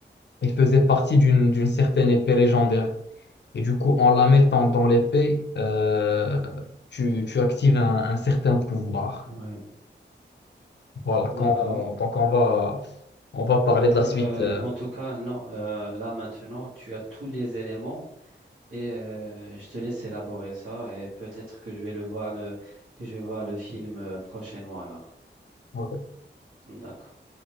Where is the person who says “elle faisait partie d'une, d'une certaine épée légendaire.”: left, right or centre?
Left